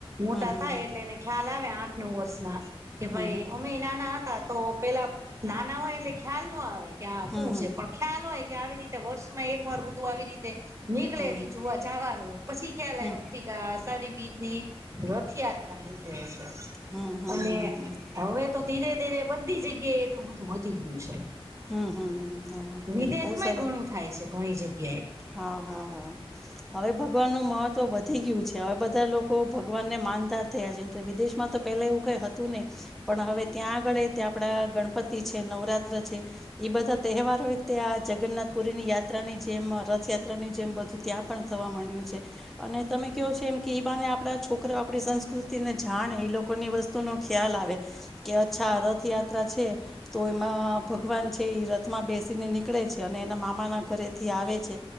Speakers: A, on the right; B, in the centre.
A: મોટા
B: હમ
A: થાય
B: હમ
A: એટલે એને ખ્યાલ આવે આઠ નવ વર્ષના કે
B: હમ
A: ભાઈ
B: હમ
A: અમે નાના હતા તો પેલા નાના હોય એટલે ખ્યાલ ન આવે કે આ
B: હમ હમ
A: શું છે પણ ખ્યાલ હોય કે આવી રીતે વર્ષમાં એક વાર બધું આવી રીતે નીકળે
B: હમ
A: નહી
B: હમ
A: જોવા જવાનું હોય પછી ખ્યાલ
B: હમ
A: આવથી અ સારી બીજની રથયાત્ર ની જ છે
B: હમ હમ હમ હમ
A: અને
B: હમ
A: હવે તો ધીરે ધીરે બધી જગ્યાએ એટલું બધું વધી ગયું છે
B: હમ હમ હા
A: વિદેશમાંય
B: એટલે બહુ સરાર
A: ઘણું થાય છે ઘણી જગ્યાએ
B: હા હા હા હવે ભગવાનનું મહત્વ વધી ગયું છે હવે બધા લોકો ભગવાનને માનતા થયા છે વિદેશમાં તો પેલા એવું કઈ હતું નહી પણ હવે ત્યાં આગળ ત્યાં આપણા ગણપતિ છે નવરાત્ર છે એ બધા તહેવારોતે આ જગન્નાથ પુરીની યાત્રા ની જેમ ર રથયાત્રા ની જેમ બધું ત્યાં પણ થવા માંડ્યું છે અને તમે કહો છો એમ કે બાને આપણા છો છક આપણી સંસ્કૃતિ ને જાણે એ લોકોની વસ્તુ નો ખ્યાલ આવે કે અચ્છા રથયાત્રા છે તો એમાં ભગવાન છે એ રથમાં બેસીને નીકળે છે અને એના મામાના ઘરેથી આવે છે